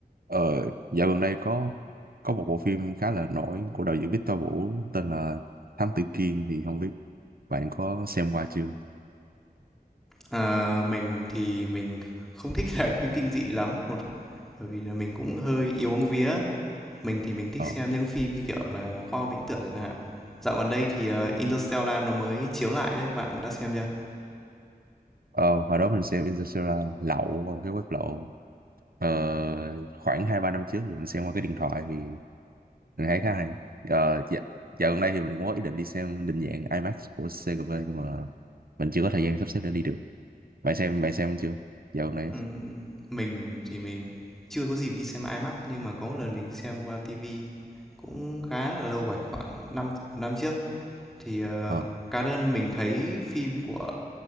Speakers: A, on the right; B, in the centre.
A: Ờ, dạo gần đây có có một bộ phim khá là nổi của đạo diễn Victor Vũ tên là Thám Tử Kiên thì không biết bạn có xem qua chưa?
B: Ờ, mình thì mình không thích <laughs> xem phim kinh dị lắm, một bởi vì là mình cũng hơi yếu bóng vía. Mình thì mình thích
A: Ờ,
B: xem những phim như kiểu là khoa học viễn tưởng chẳng hạn. Dạo gần đây thì ờ, Interstellar nó mới chiếu lại đấy, bạn đã xem chưa?
A: ờ hồi đó mình xem Interstellar lậu qua một cái web lậu ờ, khoảng hai ba năm trước thì mình xem qua cái điện thoại thì mình thấy khá hay. Ờ, dạ, dạo gần đây thì mình cũng có ý định đi xem định dạng IMAX của CGV nhưng mà mình chưa có thời gian sắp xếp để đi được. Bạn xem bạn xem chưa? Dạo gần đây.
B: Ừm, mình thì mình chưa có dịp đi xem IMAX nhưng mà có một lần mình xem qua TV cũng khá là lâu rồi, khoảng năm một năm trước thì ờ,
A: Ờ,
B: cá nhân mình thấy phim của